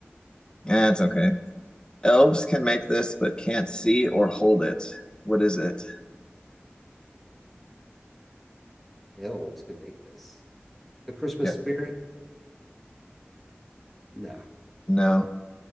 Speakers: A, on the left; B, in the centre.
A: Yeah, it's okay. Elves can make this, but can't see or hold it. What is it?
B: elves can make this. The Christmas
A: Yeah,
B: spirit? No.
A: no.